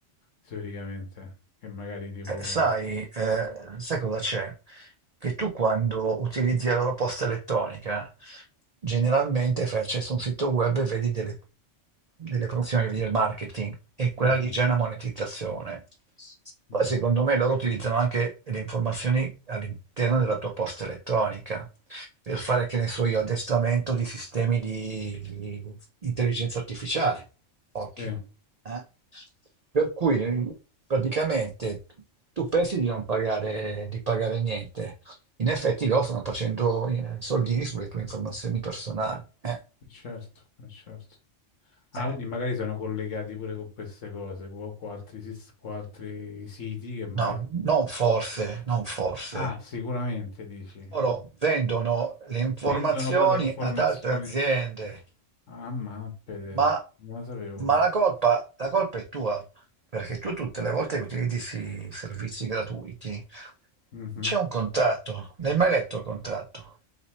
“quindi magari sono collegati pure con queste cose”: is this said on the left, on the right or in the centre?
Left